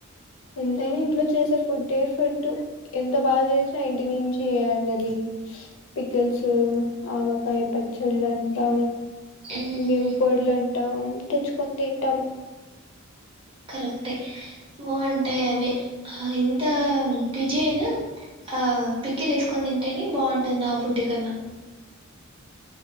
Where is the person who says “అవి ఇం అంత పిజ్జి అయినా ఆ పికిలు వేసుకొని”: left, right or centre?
Right